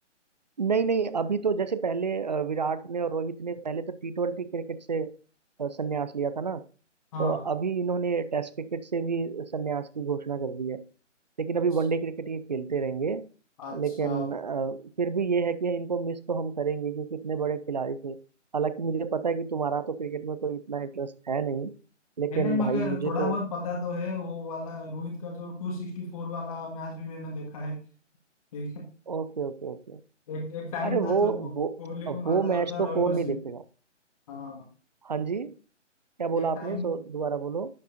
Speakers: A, on the right; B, on the left.
A: नहीं नहीं अभी तो जैसे पहले अ, विराट ने और रोहित ने पहले तो टी ट्वेंटी क्रिकेट से अ, संन्यास लिया था ना
B: हाँ
A: तो अभी इन्होंने टेस्ट क्रिकेट से भी संन्यास की घोषणा कर दी है लेकिन
B: अच्छा
A: अभी वनडे क्रिकेट ये खेलते रहेंगे
B: अच्छा
A: लेकिन अ, फिर भी ये है कि इनको मिस तो हम करेंगे क्योंकि इतने बड़े खिलाड़ी थे हालांकि मुझे पता है कि तुम्हारा तो क्रिकेट में कोई इतना इंटरेस्ट है नहीं लेकिन
B: है नहीं मगर
A: भाई मुझे
B: थोड़ा
A: तो
B: बहुत पता तो है वो वाला रोहित का जो 264 वाला मैच भी मैंने देखा है एक
A: Okay okay okay
B: एक, एक टाइम
A: अरे
B: था
A: वो
B: जब
A: वो
B: कोहली को माना
A: वो मैच
B: जाता था
A: तो
B: रन
A: कौन
B: मशीन
A: नहीं देखेगा
B: हाँ
A: हाँ जी क्या बोला
B: एक टाइम
A: आपने सो दोबारा बोलो